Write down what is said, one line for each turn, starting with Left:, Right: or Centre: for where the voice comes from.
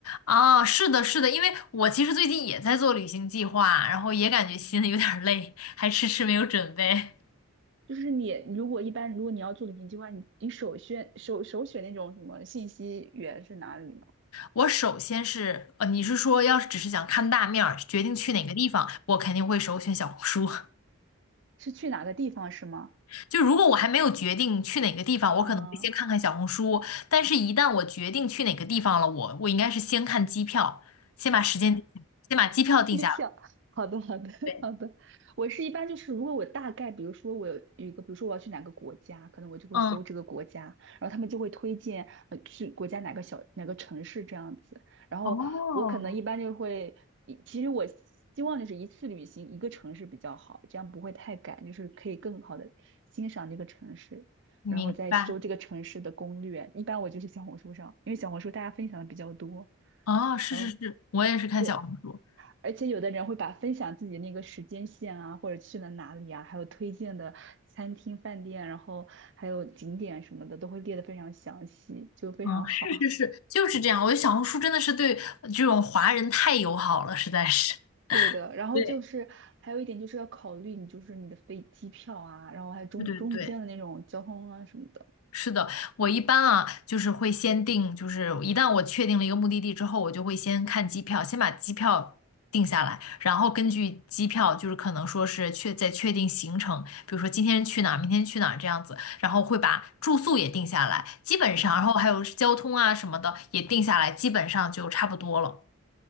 Left: 啊，是的，是的，因为我其实最近也在做旅行计划，然后也感觉心里有点儿累，
Right: <laughs> 嗯，
Left: 还迟迟没有准备。
Right: 就是你如果一般，如果你要做旅行计划，你你首选首首选那种什么信息源是哪里呢？
Left: 我首先是，呃，你是说要是只是想看大面儿，决定去哪个地方，我肯定会首选小红书。
Right: 是去哪个地方是吗？
Left: <laughs> 就如果我还没有决定去哪个地方，我可能会先看看小红书，
Right: 啊、
Left: 但是一旦我决定去哪个地方了，我我应该是先看机票，先把时间定下，先把机票定下来。
Right: 机票，好的，好的，
Left: 对，
Right: 好的。我是一般就是，如果我大概，比如说我有有一个，比如说我要去哪个国家，可能我就会搜这个国家，
Left: 嗯，
Right: 然后他们就会推荐呃去国家哪个小哪个城市这样子。然后我可能一般就会，
Left: 哦，
Right: 一其实我希望就是一次旅行一个城市比较好，这样不会太赶，就是可以更好的欣赏这个城市，
Left: 明白。
Right: 然后再搜这个城市的攻略。一般我就是小红书上，因为小红书大家分享的比较多，
Left: 哦，是是是，
Right: 然后。
Left: 我也是看小红书。
Right: 对。而且有的人会把分享自己那个时间线啊，或者去了哪里啊，还有推荐的餐厅、饭店，然后还有景点什么的，都会列得非常详细，就非常好。
Left: 嗯，是是是，就是这样。我觉得小红书真的是对这种华人太友好了，实在是。
Right: <laughs> 对的，然后就是还有一点就是要考虑你就是你的飞机票啊，
Left: 对，
Right: 然后还有中中间的那种交通啊什么的。
Left: 对对对，是的，我一般啊，就是会先定，就是一旦我确定了一个目的地之后，我就会先看机票，先把机票定下来，然后根据机票，就是可能说是确再确定行程，比如说今天去哪儿，明天去哪儿这样子，然后会把住宿也定下来，基本上，
Right: 嗯，
Left: 然后还有交通啊什么的也定下来，基本上就差不多了。